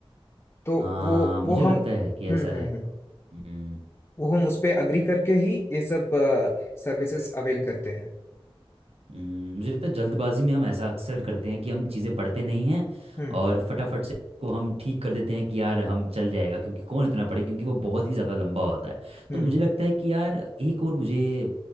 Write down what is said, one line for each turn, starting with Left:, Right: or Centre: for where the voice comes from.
Left: तो
Right: हाँ
Left: वो
Right: मुझे
Left: वो
Right: लगता
Left: हम
Right: है कि
Left: हम्म
Right: ऐसा है
Left: हम्म हम्म
Right: हम्म
Left: वो हम उस पे अग्री करके ही ये सब सर्विसेज अवेल करते हैं
Right: हम्म, मुझे लगता है जल्दबाजी में हम ऐसा अक्सर करते हैं कि हम चीज़ें पढ़ते नहीं हैं
Left: हम्म
Right: और फटाफट से को हम ठीक कर देते हैं कि यार हम चल जाएगा क्योंकि कौन इतना पढ़े क्योंकि वो बहुत ही ज़्यादा लंबा होता है
Left: हम्म
Right: तो मुझे लगता है कि यार एक और मुझे